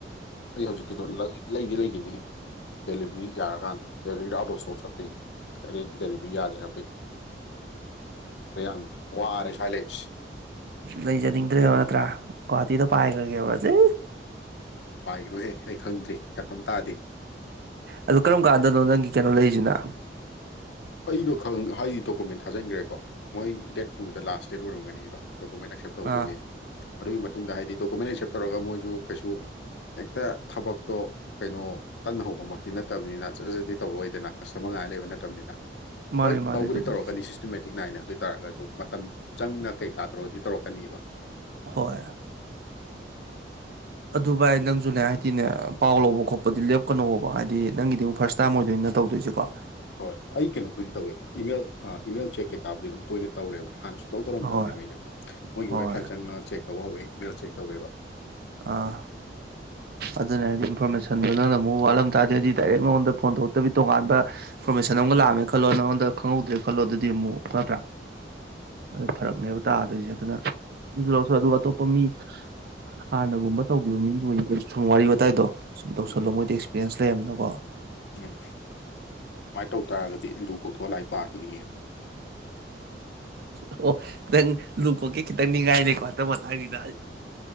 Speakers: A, on the left (about 80°); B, on the right (about 60°).
A: ꯑꯩ ꯍꯧꯖꯤꯛꯀꯤꯗꯣ ꯂꯩꯗꯤ ꯂꯩꯈꯤꯅꯤ ꯗꯦꯂꯤꯕꯔꯤ ꯌꯥꯔꯀꯥꯟꯗ ꯗꯦꯂꯤꯕꯔꯤ ꯑꯥꯎꯠ ꯑꯣꯐ ꯏꯁꯇꯣꯛ ꯆꯠꯄꯩꯅꯤ ꯀꯔꯤꯦꯟ ꯗꯦꯂꯤꯕꯔꯤ ꯌꯥꯗꯦꯔꯛꯄꯩꯅꯤ ꯌꯥ ꯋꯥꯔꯦ ꯁꯥꯏꯂꯦꯁ
B: ꯂꯩꯖꯅꯤꯡꯗ꯭ꯔꯦꯕ ꯅꯠꯇ꯭ꯔꯥ ꯒꯨꯍꯥꯇꯤꯗꯣ ꯄꯥꯏꯈ꯭ꯔꯒꯦꯕꯁꯦ
A: ꯄꯥꯏꯈ꯭ꯔꯣꯍꯦ ꯑꯩ ꯈꯪꯗ꯭ꯔꯤ ꯀꯟꯐꯝ ꯇꯥꯗꯦ
B: ꯑꯗꯨ ꯀꯔꯝ ꯀꯥꯟꯗꯅꯣ ꯅꯪꯒꯤ ꯀꯩꯅꯣ ꯂꯩꯔꯤꯁꯤꯅ
A: ꯑꯩꯗꯣ ꯈ ꯍꯥꯏꯗꯤ ꯗꯣꯀꯨꯃꯦꯟ ꯊꯥꯖꯤꯟꯈ꯭ꯔꯦꯀꯣ ꯃꯣꯏ ꯗꯦꯠ ꯇꯨꯗ ꯂꯥꯁ ꯗꯦꯠ ꯑꯣꯏꯔꯝꯒꯅꯦꯕ ꯗꯣꯀꯨꯃꯦꯟ ꯑꯦꯛꯁꯦꯞ ꯇꯧꯕꯒꯤ
B: ꯑꯥ
A: ꯑꯗꯨꯒꯤ ꯃꯇꯨꯡꯗ ꯍꯥꯏꯗꯤ ꯗꯣꯀꯨꯃꯦꯟ ꯑꯦꯛꯁꯦꯞ ꯇꯧꯔꯒ ꯃꯣꯏꯁꯨ ꯀꯩꯁꯨ ꯍꯦꯛꯇ ꯊꯕꯛꯇꯣ ꯀꯩꯅꯣ ꯇꯟꯅꯍꯧꯕ ꯑꯧꯕꯃꯛꯇꯤ ꯅꯠꯇꯕꯅꯤꯅ ꯆꯠ ꯆꯠꯗꯤ ꯇꯧꯔꯛꯑꯣꯏꯗꯅ ꯀꯁꯇꯃꯔ ꯉꯥꯏ ꯂꯩꯕ ꯅꯠꯇꯕꯅꯤꯅ
B: ꯃꯥꯅꯦ
A: ꯍꯣꯏ
B: ꯃꯥꯅꯦ
A: ꯇꯧꯕꯗꯤ
B: ꯑꯗꯨꯕꯨꯗꯤ
A: ꯇꯧꯔꯛꯀꯅꯤ ꯁꯤꯁꯇꯦꯃꯦꯇ ꯊꯥꯔꯇꯤꯛ ꯅꯥꯏꯅ ꯑꯗꯨ ꯑꯣꯏ ꯇꯥꯔꯒꯁꯨ ꯃꯇꯝ ꯆꯪꯅ ꯀꯩꯀꯥ ꯇꯧꯔꯒꯗꯤ ꯇꯧꯔꯛꯀꯅꯤꯕ
B: ꯍꯣꯏ ꯑꯗꯨ ꯚꯥꯏ ꯅꯪꯁꯨꯅꯦ ꯍꯥꯏꯗꯤꯅꯦ ꯄꯥꯎ ꯂꯧꯕ ꯈꯣꯠꯄꯗꯤ ꯂꯦꯞꯀꯅꯣꯕ ꯍꯥꯏꯗꯤ ꯅꯪꯒꯤꯗꯤ ꯑꯃꯨ ꯐꯥꯔꯁ ꯇꯥꯏꯝ ꯑꯣꯏꯗꯣꯏꯅ ꯇꯧꯗꯣꯏꯁꯁꯤꯀꯣ
A: ꯍꯣꯏ ꯑꯩ ꯀꯩꯅꯣꯕꯨꯗꯤ ꯇꯧꯋꯦ ꯏꯃꯦꯜ ꯏꯃꯦꯜ ꯆꯦꯛ ꯀꯩꯀꯥꯕꯨꯗꯤ ꯑꯗꯨꯝ ꯇꯣꯏꯅ ꯇꯧꯔꯦꯕ ꯍꯥꯟꯅꯁꯨ ꯇꯧ ꯇꯧꯔꯝꯗꯕꯅꯦꯕ
B: ꯍꯣꯏ
A: ꯑꯩꯁꯦꯀꯣ ꯃꯣꯏꯒꯤ
B: ꯍꯣꯏ
A: ꯋꯦꯕꯁꯥꯏꯠꯁ ꯆꯦꯛ ꯇꯧꯕ ꯍꯧꯋꯦ ꯏꯃꯦꯜ ꯆꯦꯛ ꯇꯧꯋꯦꯕ
B: ꯑꯥ ꯑꯗꯨꯅ ꯍꯥꯏꯗꯤ ꯏꯟꯐꯣꯔꯃꯦꯁꯟꯗꯨ ꯅꯅ ꯑꯃꯨꯛ ꯋꯥꯠꯂꯝ ꯇꯔꯗꯤ ꯗꯥꯏꯔꯦꯛ ꯅꯉꯣꯟꯗ ꯐꯣꯟ ꯊꯣꯛꯧꯛꯇꯕ ꯇꯣꯉꯥꯟꯕ ꯏꯟꯐꯣꯔꯃꯦꯁꯟ ꯑꯃ ꯂꯥꯛꯑꯃꯦ ꯈꯜꯂꯣ ꯅꯉꯣꯟꯗ ꯈꯪꯍꯧꯗ꯭ꯔꯦ ꯈꯜꯂꯣ ꯑꯗꯨꯗꯤ ꯑꯃꯨꯛ ꯅꯠꯇ꯭ꯔꯥ ꯑꯗꯨ ꯐꯔꯛꯅꯦꯕ ꯇꯥꯗꯣꯏꯁꯦ ꯑꯗꯨꯅ ꯑꯗꯨꯁꯨ ꯂꯧꯁꯤ ꯑꯗꯨꯒ ꯑꯇꯣꯞꯄ ꯃꯤ ꯍꯥꯟꯅꯒꯨꯝꯕ ꯇꯧꯈꯤꯕ ꯃꯤꯒꯤ ꯑꯣꯏꯕ ꯁꯨꯝ ꯋꯥꯔꯤ ꯋꯥꯇꯥꯏꯗꯣ ꯁꯨꯝ ꯇꯧꯁꯜꯂꯣ
A: ꯎꯝ
B: ꯃꯣꯏꯗꯤ ꯑꯦꯛꯁꯄꯤꯔꯤꯌꯦꯟꯁ ꯂꯩꯔꯝꯅꯀꯣ
A: ꯎꯝ ꯑꯗꯨꯃꯥꯏꯅ ꯇꯧ ꯇꯥꯔꯒꯗꯤ ꯂꯨ ꯀꯧꯊꯣꯛꯂꯥꯏ ꯄꯥꯈꯤꯅꯤꯍꯦ ꯑꯃꯨꯛ
B: ꯑꯣ ꯈꯤꯇꯪ ꯂꯨ ꯀꯣꯛꯀꯦ ꯈꯤꯇꯪ ꯅꯤꯡꯉꯥꯏꯅꯤꯀꯣ ꯑꯪ ꯃꯇꯥꯡꯒꯤꯗ